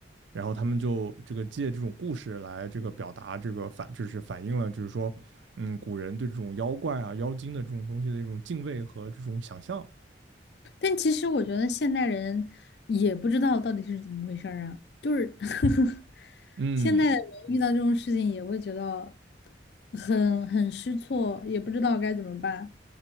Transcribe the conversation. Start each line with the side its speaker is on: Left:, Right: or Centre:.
Right: 然后他们就这个借这种故事来这个表达这个反，就是反映了就是说，嗯，古人对这种妖怪啊、妖精的这种东西的一种敬畏和这种想象。
Left: 但其实我觉得现代人也不知道到底是怎么回事儿啊，就是 <laughs>
Right: 嗯
Left: 现在的人遇到这种事情也会觉得很很失措，也不知道该怎么办，